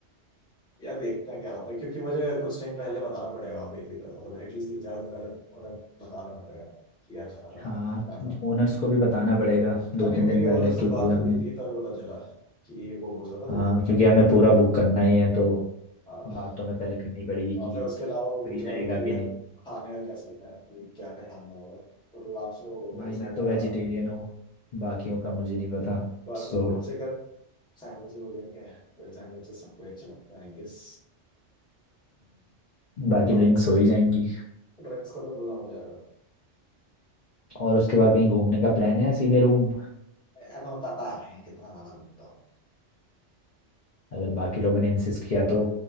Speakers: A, in the centre; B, on the left.
A: या देखते हैं क्या होता है क्योंकि मुझे कुछ टाइम पहले बताना पड़ेगा बेसिकली मतलब एटलीस्ट तीन चार दिन पहले उन्हें बता देना पड़ेगा कि यार
B: हाँ
A: प्लान
B: ओनर्स को भी बताना पड़ेगा दो
A: हाँ, नहीं
B: तीन
A: मेरी
B: दिन पहले
A: ओनर
B: क्योंकि
A: से बात
B: हमें
A: हुई थी तभी पता चला कि वो बोल रहा था
B: हाँ
A: दो दिन
B: क्योंकि
A: पहले
B: हमें
A: बता रहा
B: पूरा
A: था।
B: बुक करना ही है तो
A: हाँ
B: बात तो हमें पहले करनी पड़ेगी कि
A: और फिर उसके अलावा वो
B: फ्री
A: पूछ रहा
B: रहेगा
A: था कि
B: कि
A: यार
B: नहीं
A: खाने का क्या सीन है कि क्या क्या खाना होगा और वो आपसे वो
B: भाई
A: ड्रेस
B: मैं
A: वगैरह
B: तो वेजिटेरियन हूँ बाकियों का मुझे नहीं पता
A: बाकी
B: सो
A: कुछ चिकन सैंडविचेस हो जाएंगे ब्रेड सैंडविचेस सबको ही अच्छा लगता है आई गेस
B: बाकी
A: और
B: ड्रिंक्स हो ही जाएंगी
A: ड्रिंक्स का तो इंतजाम हो जाएगा
B: और उसके बाद कहीं घूमने का प्लान है या सीधे रूम
A: मैं तो पता है कितना ज्यादा घूमता हूँ।
B: अगर बाकी लोगों ने इंसिस्ट किया तो